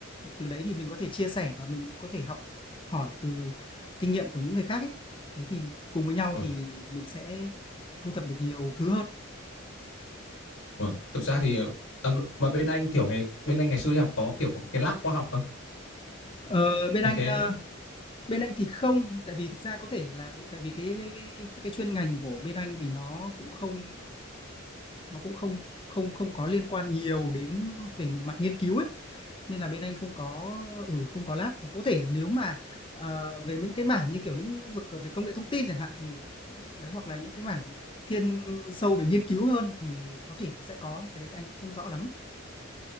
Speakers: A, on the left; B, on the left.
A: từ đấy thì mình có thể chia sẻ và mình cũng có thể học hỏi từ kinh nghiệm của những người khác ấy. Đấy, thì cùng với nhau
B: Ừ.
A: thì mình sẽ thu thập được nhiều thứ hơn.
B: Ừ. Thực ra thì ờ, mà bên anh kiểu ngày bên anh ngày xưa đi học có kiểu có cái, cái lab khoa học không?
A: Ờ, bên
B: Những
A: anh,
B: cái
A: ơ, bên anh thì không, tại vì thực ra có thể là vậy tại vì cái cái cái các cái chuyên ngành của bên anh thì nó cũng không nó cũng không không không có liên quan nhiều đến về mặt nghiên cứu ấy, nên là bên anh không có ừ, không có lab. Hoặc có thể nếu mà, ờ, về những cái mảng như, kiểu, lĩnh vực về công nghệ thông tin chẳng hạn thì đấy, hoặc là những cái mảng thiên sâu về nghiên cứu hơn thì có thể sẽ có, cái đấy thì anh cũng không rõ lắm.